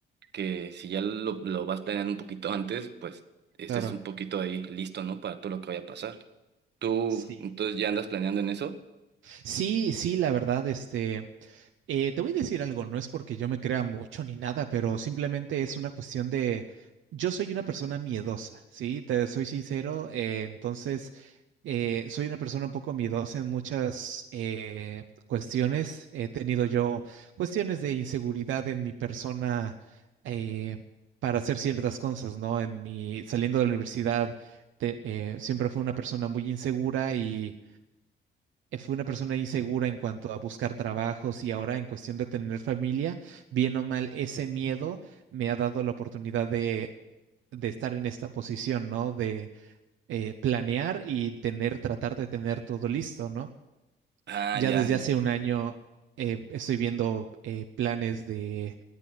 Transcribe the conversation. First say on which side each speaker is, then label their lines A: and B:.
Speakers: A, on the right; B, on the right.
A: que si ya lo, lo vas planeando un poquito antes, pues estés
B: claro.
A: un poquito ahí listo, ¿no? Para todo lo que vaya a pasar. Tú,
B: Sí.
A: entonces ya andas planeando en eso.
B: Sí, sí, la verdad, este, eh, te voy a decir algo, no es porque yo me crea mucho ni nada, pero simplemente es una cuestión de, yo soy una persona miedosa, ¿sí? Te soy sincero, eh, entonces, eh, soy una persona un poco miedosa en muchas eh, cuestiones. He tenido yo cuestiones de inseguridad en mi persona eh, para hacer ciertas cosas, ¿no? En mi, saliendo de la universidad, te- eh, siempre fui una persona muy insegura y eh, fue una persona insegura en cuanto a buscar trabajos y ahora en cuestión de tener familia, bien o mal, ese miedo me ha dado la oportunidad de, de estar en esta posición, ¿no? De eh, planear y tener, tratar de tener todo listo, ¿no?
A: Ah,
B: Ya
A: ya.
B: desde hace un año eh, estoy viendo eh, planes de...